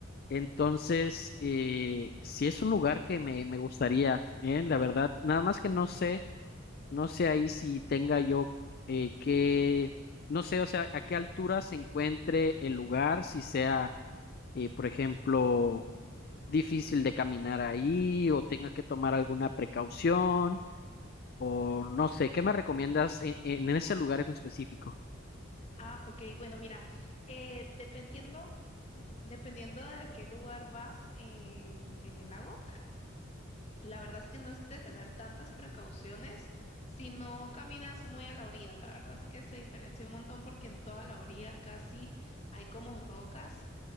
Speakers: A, on the left (about 50°); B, on the left (about 35°).
A: Entonces, eh, sí es un lugar que me, me gustaría, ¿eh? La verdad, nada más que no sé, no sé ahí si tenga yo eh, que, no sé, o sea, a qué altura se encuentre el lugar, si sea eh, por ejemplo, difícil de caminar ahí o tenga que tomar alguna precaución o no sé, ¿qué me recomiendas en, en ese lugar en específico?
B: Ah, ok, bueno, mira, eh, dependiendo, <laughs> dependiendo de a qué lugar vas en, en el lago. La verdad es que no es de tener tantas precauciones si no caminas muy a la orilla. La verdad es que se diferencia un montón porque en toda la orilla casi hay como rocas.